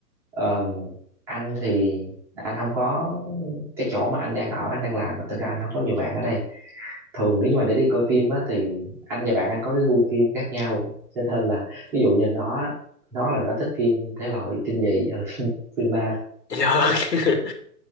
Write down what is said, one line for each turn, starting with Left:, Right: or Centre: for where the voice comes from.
Centre: Ờm, anh thì anh không có cái chỗ mà anh đang ở anh đang làm á, thực ra anh không có nhiều bạn ở đây thường nếu như mà để đi coi phim á thì anh và bạn anh có cái gu phim khác nhau cho nên là ví dụ như nó nó là nó thích phim thể loại kinh dị ờ, <laughs> phim, phim ma
Left: Dạ vâng. <laughs>